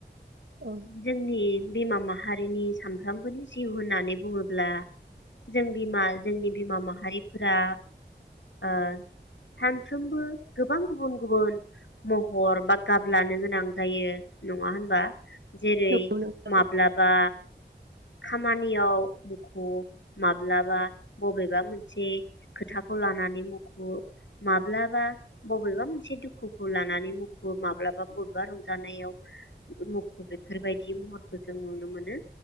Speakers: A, on the right; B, on the left.
A: औ
B: जोंनि बिमा माहारिनि सानफ्रोमबोनि जिउ होननानै बुङोब्ला जों बिमा जोंनि बिमा माहारिफोरा ओ सानफ्रोमबो गोबां गुबुन गुबुन महर बा गाब लानो गोनां जायो नङा होनबा जेरै
A: नंगौ नोंथां
B: माब्लाबा खामानियाव मुखुब माब्लाबा बबेबा मोनसे खोथाखौ लानानै मुखुब माब्लाबा बबेबा मोनसे दुखुखौ लानानै मु माब्लाबा बबेबा रंजानायाव मुखुब बेफोरबायदि महरखौ जों नुनो मोनो।